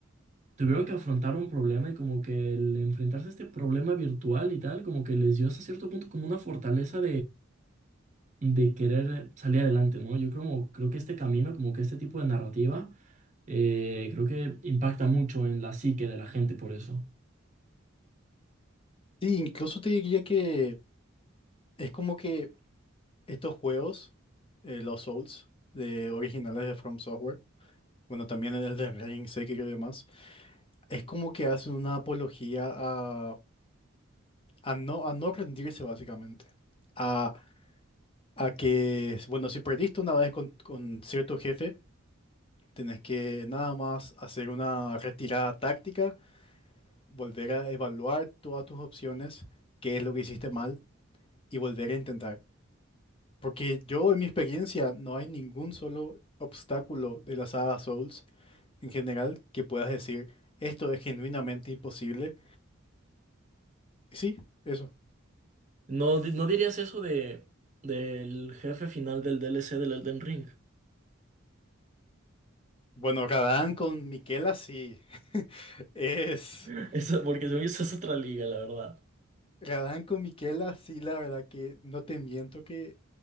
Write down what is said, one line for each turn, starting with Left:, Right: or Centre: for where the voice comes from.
Right: Tuvieron que afrontar un problema y como que el enfrentarse a este problema virtual y tal, como que les dio hasta cierto punto como una fortaleza de querer salir adelante, ¿no? Yo creo, creo que este camino, como que este tipo de narrativa, eh, creo que impacta mucho en la psique de la gente por eso.
Left: Sí, incluso te diría que es como que... Estos juegos, eh, los Souls, de originales de From Software, bueno, también el de Ring, Sekiro y demás, es como que hacen una apología a, a no, a no rendirse básicamente. A, a que, bueno, si perdiste una vez con, con cierto jefe, tenés que nada más hacer una retirada táctica, volver a evaluar todas tus opciones, qué es lo que hiciste mal y volver a intentar. Porque yo, en mi experiencia, no hay ningún solo obstáculo de la saga Souls en general que puedas decir, esto es genuinamente imposible. Y sí, eso.
Right: ¿No, di- no dirías eso de del jefe final del DLC del Elden Ring?
Left: Bueno, Radán con Miquela sí. <laughs> Es.
Right: <laughs> Eso, porque según yo, eso es otra liga, la verdad.
Left: Radán con Miquela sí, la verdad que no te miento que